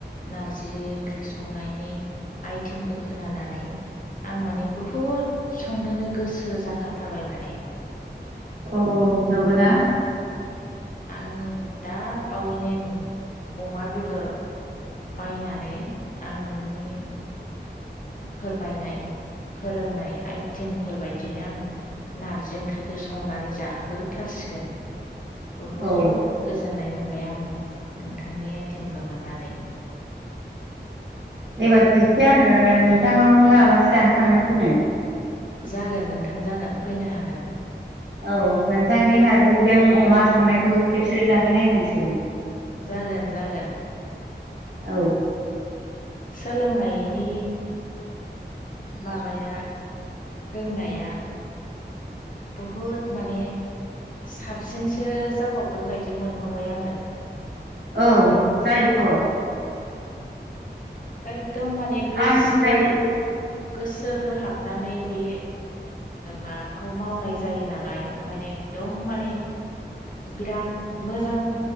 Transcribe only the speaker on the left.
नारजि ओं्रि ओंख्रि संनायनि आइटेमखौ खोनानानै। आं माने बहुद संनोनो गोसो जाखाथारबाय माने
आं दा बावैनो अमा बेदर बायनानै आं नोंनि फोरमायनाय फोरोंनाय आइटेमफोर बायदिनो आं नारजि ओंख्रिखौ संनानै जाहोथारसै। सिगोन। बहुद
गोजोननाय मोनबाय आङो नोंथांनि आइटेमखौ मोननानै।
जागोन नोंथां जागोन फैनो हागोन।
जागोन जागोन।
सोलोंनायनि माबाया रोंनाया बहुद माने साबसिनसो जाबावगोन बायदि मोनहरबाय आङो
एकदम माने गोसो
गोसो होहाबनानै बे माबाखौ मावनाय जायो नालाय ओंखायनो एकदम माने बिराद मोजां